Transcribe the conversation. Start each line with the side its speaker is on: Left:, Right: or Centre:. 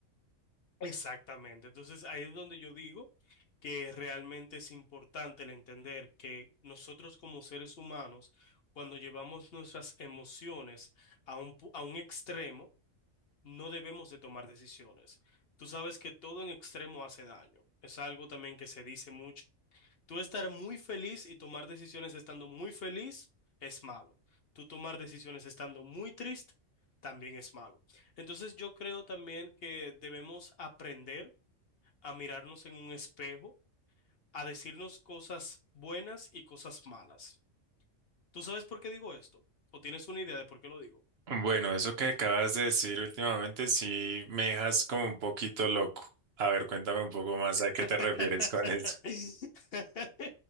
Left: Exactamente. Entonces, ahí es donde yo digo que realmente es importante el entender que nosotros como seres humanos, cuando llevamos nuestras emociones a un, pu- a un extremo, no debemos de tomar decisiones. Tú sabes que todo en extremo hace daño. Es algo también que se dice mucho. Tú estar muy feliz y tomar decisiones estando muy feliz es malo. Tú tomar decisiones estando muy triste también es malo. Entonces, yo creo también que debemos aprender a mirarnos en un espejo, a decirnos cosas buenas y cosas malas. ¿Tú sabes por qué digo esto? ¿O tienes una idea de por qué lo digo?
Right: Bueno, eso que acabas de decir últimamente sí me dejas como un poquito loco. A ver, cuéntame un poco más a qué
Left: <laughs>
Right: te refieres con eso.